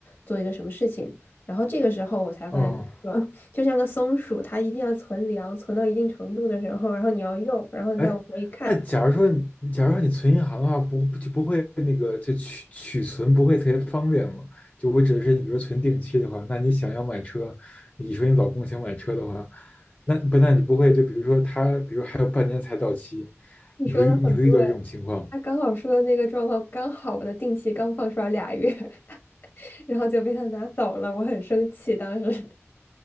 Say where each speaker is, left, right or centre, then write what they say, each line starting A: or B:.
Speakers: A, on the left (about 50°); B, on the left (about 30°).
A: 做一个什么事情。然后这个时候我才发现，
B: 哦，
A: 就是说 <laughs> 就像个松鼠，它一定要存粮，存到一定程度的时候，然后你要用，然后你再往回看。
B: 哎，那假如说你，假如说你存银行的话，不不就不会那个就取取存不会特别方便吗？就我指的是，你比如存定期的话，那你想要买车，你说你老公想买车的话，那不但你不会，就比如说他，比如还有半年才到期，
A: 你说的很对。
B: 你会你会遇到这种情况吗？
A: 他刚好说的那个状况，刚好我的定期刚放出来俩月，<laughs> 然后就被他拿走了，我很生气。当时